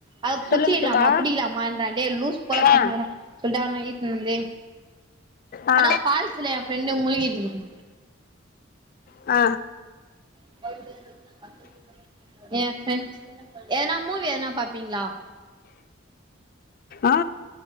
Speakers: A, on the right; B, on the left.
A: அது புச்சிக்கிலாமா
B: சொல்லுங்க தோழா
A: புடிக்கிலாமா இன்றா டேய் லூஸ் போல பண்ணாதடா
B: ஆ
A: சொல்லிட்டு அவன இத்துன்னு வந்து அப்பதா
B: ஆ
A: ஃபால்ஸ்ஸுல ஏ ஃப்ரெண்டு முழுகிட்டு இருக்கு
B: ஆ
A: <inaudible> எ ஃப்ரிண்ட்ஸ் எதனா மூவி எதனா பாப்பீங்களா
B: ஆ